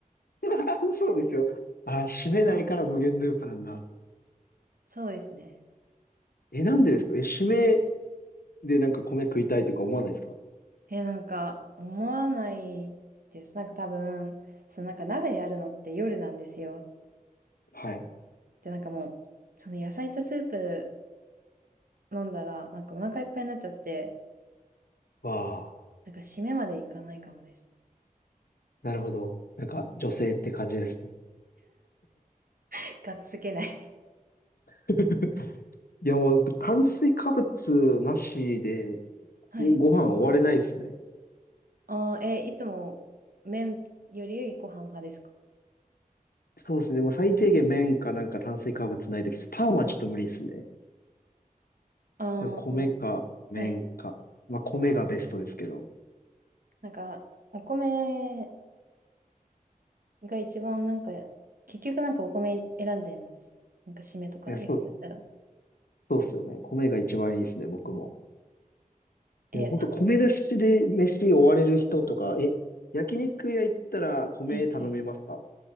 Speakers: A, on the left; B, on the right.
A: <laughs> そうですよ。あ、締めないから無限ループなんだ。
B: そうですね。
A: え、なんでですかえ、締めでなんか米食いたいとか思わないですか
B: え、なんか、思わないです。なんか多分、そのなんか鍋やるのって夜なんですよ。
A: はい。
B: で、なんかもう、その野菜とスープ飲んだら、なんかお腹いっぱいになっちゃって、
A: わあ、
B: なんか締めまでいかないかもです。
A: なるほど。なんか女性って感じですね。
B: <laughs> がっつけない
A: <laughs> いやもう僕炭水化物なしで
B: <laughs> はい。
A: ご飯終われないですね。
B: あー、え、いつも麺よりご飯派ですか
A: そうですね。でも最低限麺かなんか炭水化物ないとき、パンはちょっと無理ですね。
B: ああー、
A: だから米か麺か。
B: はい。
A: まあ米がベストですけど。
B: なんか、お米が一番なんか、結局なんかお米選んじゃいます。なんか締めとか、
A: いや、
B: やるとしたら。
A: そう、そうっすよね。米が一番いいですね、僕も。
B: え、
A: えでも本当米出しで飯終われる人とか、
B: あ
A: え、焼肉屋行ったら米頼みますか
B: はいはい。